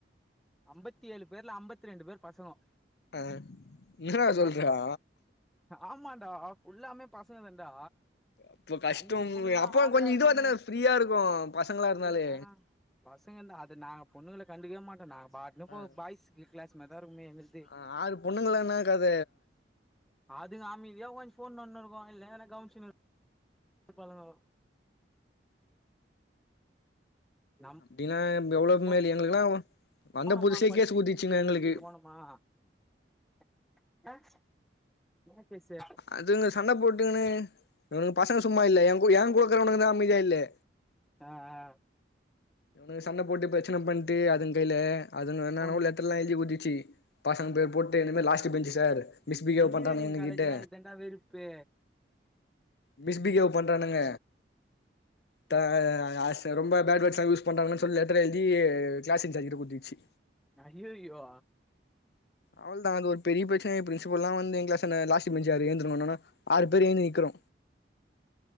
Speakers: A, in the centre; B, on the left (about 65°).
A: அம்பத்தி ஏழு பேர்ல அம்பத்தி ரெண்டு பேர் பசங்கோ
B: ஆ என்னடா சொல்றா
A: பாத்துக்கோ ஆமான்டா ஃபுல்லாமே பசங்க தான்டா
B: அப்ப கஷ்டம்
A: அஞ்சு பொண்ணுலே
B: அப்ப
A: ஆறே
B: கொஞ்ச
A: ஆறு
B: இதுவா
A: பொண்ணு
B: தான ஃப்ரீயா இருக்கு பசங்களா இருந்தாலே
A: பிரி ஆ பசங்க தா அது நாங்க பொண்ணுங்கள கண்டுக்கவே மாட்டோம் நாங்க பாட்னு போவோ
B: ஆ
A: நாங்க பாட்னு பாய்ஸ் கிளாஸ்மேர் தா இருக்குமே எங்களுக்
B: ஆ ஆறு பொண்ணுங்கலா என்னா கத
A: அதுங்க அமைதியா உக்காந்து ஃபோன் நோன்னிருக்கு இல்லைனா என கவ்னிசிரு <inaudible> ப்பாளுங்கோ நம்ம
B: அப்டின்னா எவ்ளோ மேல் எங்களுக்குலா வந்த
A: போனமா
B: புதுசுலே
A: <inaudible> ஃபஸ்ட்
B: கேஸ் குடுத்துச்சுங்க
A: பீரியடு
B: எங்களுக்கு
A: <inaudible> ஆ <inaudible> பேசு
B: அதுங்க சண்ட போட்டுகுனு உனக்கு பசங்க சும்மா இல்ல எ எங் கொடுக்குறவனுங்கதா அமைதியா இல்லே
A: ஆ ஆ
B: இவனுக சண்ட போட்டு பிரச்சன பண்ட்டு அதுங் கைல அதுங்க என்னானவோ
A: பொண்ணு
B: லெட்டர்ல்ல எழுதி குத்திச்சு பசங்க பேர்
A: ஆ
B: போட்டு என்னிமே லாஸ்ட் பெஞ்சு சார் மிஸ்பிஹேவ்
A: இன்ஜினியரிங்
B: பண்றாங்க எங்க
A: காலேஜ்னா
B: கிட்ட
A: இதாண்டா வெறுப்பு
B: மிஸ்பிகேவ் பண்றானுங்க த ஆ ச ரொம்ப பேட் வேவ்ர்ட்ஸா யூஸ் பண்றாங்கன்னு சொல்லி லெட்டர் எழுதி கிளாஸ் டீச்சர் கிட்ட குட்திர்ச்சு
A: ஐஐயோ
B: அவள்தா அது ஒரு பெரிய பிரச்சன ஆயி பிரின்சிபல்லா வந்து என் கிளாஸ் ன லாஸ்டு பெஞ்சு யாரு எழுந்துருங்கோன்னான்னா ஆறு பேர் எழ்ந்து நிக்கறோ